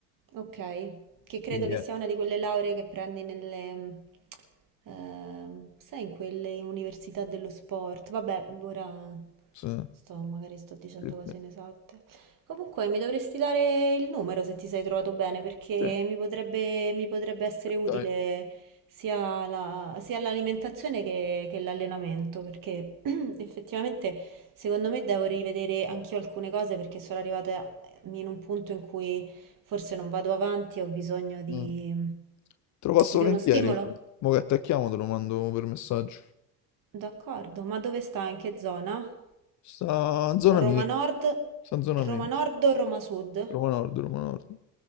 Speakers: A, on the right; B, on the left.
A: Ok, che credo
B: Quindi
A: che
B: è.
A: sia una di quelle lauree che prendi nelle, mm, ehm, sai, in quelle università dello sport. Vabbè, ora
B: Sì,
A: sto, magari sto dicendo
B: sì,
A: cose
B: sì,
A: inesatte. Comunque, mi dovresti dare il numero se ti sei trovato bene, perché
B: sì,
A: mi potrebbe, mi potrebbe essere utile
B: dai.
A: sia la- sia l'alimentazione che, che l'allenamento, perché <clears throat> effettivamente secondo me devo rivedere anch'io alcune cose perché sono arrivata in un punto in cui... Forse non vado avanti, ho bisogno di,
B: mm. Te lo passo
A: di
B: volentieri.
A: uno stimolo.
B: guarda. Mo che attacchiamo te lo mando per messaggio.
A: D'accordo, ma dove sta? In che zona?
B: Sta in zona mia,
A: Roma Nord,
B: sta in zona mia.
A: Roma
B: sì.
A: Nord o Roma Sud?
B: Roma Nord, Roma Nord.